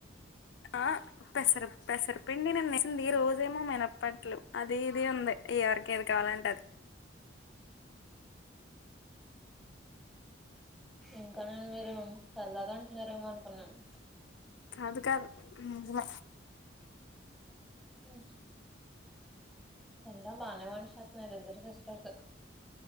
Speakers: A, on the left; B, in the centre.
A: ఆ పెసర పెసరపిండి నేను నచ్చింది రోజేమో మినప్పట్లు అది ఇది ఉంది ఎవరికి ఏది కావాలంట అది
B: ఇంకా నేను మీరు సార్ అదంటున్నారేమో అనుకున్నాను
A: అదికన్న
B: ఉ పార్లే బానే వంట చేస్తుంనారు ఇద్దరు సిస్టర్స్